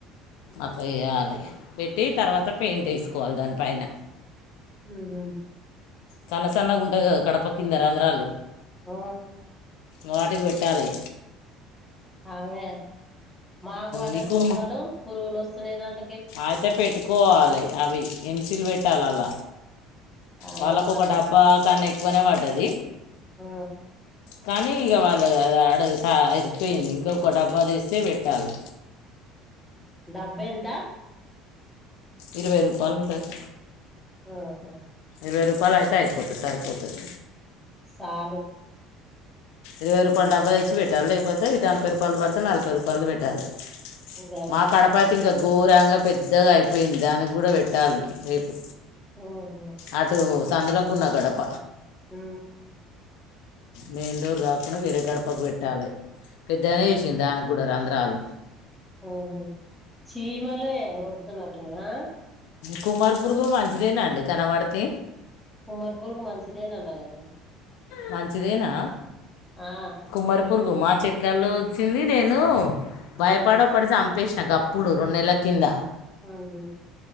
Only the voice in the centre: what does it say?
లేదా
హ
అవే మాకు పంటది
బొక్కలు పురుగులు ఒస్తున్నాయిధన్
ఆ
అదే పెట్టాలి
ఆ
డబ్బెంత?
ఆహా
సాలు
గదే
హ
ఆ
ఉహ చీమలే ఊర్తునటున్నాయా
ఉమార్పూర్గు మంచిదే నట కదా
ఆ
హ్మ్
మ్మ్